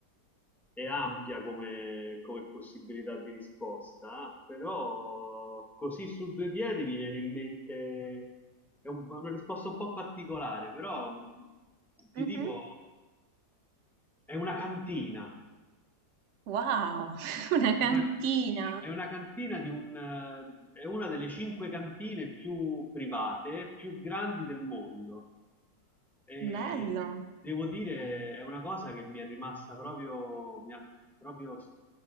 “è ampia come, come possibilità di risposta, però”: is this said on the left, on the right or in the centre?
Centre